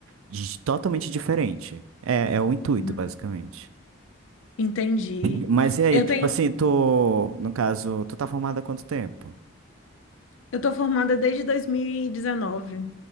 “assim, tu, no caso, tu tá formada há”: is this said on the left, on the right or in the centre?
Right